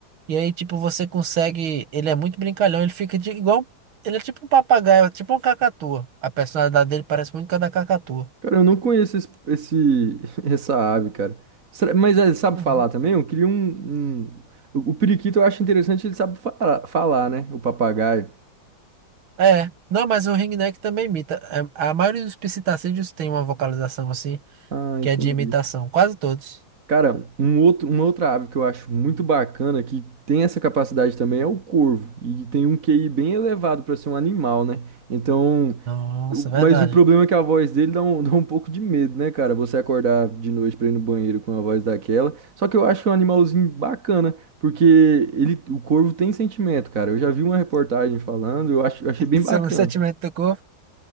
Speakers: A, on the right; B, on the right.
A: E aí, tipo, você consegue. Ele é muito brincalhão, ele fica de- igual. Ele é tipo um papagaio, é tipo uma cacatua. A personalidade dele parece muito com a da cacatua.
B: Cara, eu não conheço esse, esse- <laughs> essa ave, cara. Será- Mas ele sabe
A: Uhum.
B: falar também? Eu queria um, um- O o periquito eu acho interessante, ele sabe fala- falar, né? O papagaio.
A: É, não, mas o ringneck também imita. É, A maioria dos psitacídeos tem uma vocalização assim,
B: Ah,
A: que
B: entendi.
A: é de imitação, quase todos.
B: Cara, um outro, uma outra ave que eu acho muito bacana, que tem essa capacidade também, é o corvo. E tem um QI bem elevado para ser um animal, né? Então,
A: Nossa,
B: O-
A: verdade.
B: Mas o problema é que a voz dele dá um, <laughs> dá um pouco de medo, né, cara? Você acordar de noite pra ir no banheiro com uma voz daquela. Só que eu acho um animalzinho bacana, porque ele, o corvo tem sentimento, cara. Eu já vi uma reportagem falando, eu acho, eu achei bem
A: sobre
B: bacana.
A: o sentimento do corpo,